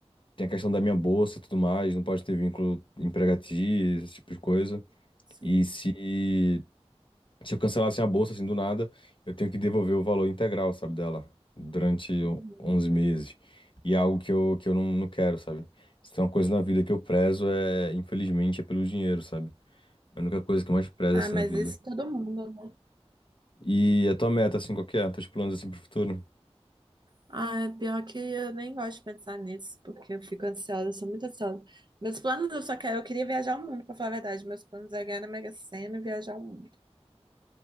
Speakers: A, on the left; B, on the right.
A: tem a questão da minha bolsa e tudo mais, não pode ter vínculo empregatício, esse tipo de coisa.
B: sim.
A: E se, se eu cancelasse a bolsa assim do nada, eu tenho que devolver o valor integral, sabe, dela durante
B: Uhum.
A: on- 11 meses. E é algo que eu, que eu não, não quero, sabe? Se tem uma coisa na vida que eu prezo é, infelizmente, é pelo dinheiro, sabe? É a única coisa que eu mais prezo
B: Ah,
A: assim
B: mas
A: na vida.
B: isso todo mundo.
A: E a tua meta, assim, qual que é? Teus planos assim pro futuro?
B: Ah, é pior que eu nem gosto de pensar nisso, porque eu fico ansiosa, eu sou muito ansiosa. Meus planos, eu só quero, eu queria viajar o mundo, pra falar a verdade. Meus planos é ganhar na Mega Sena e viajar o mundo.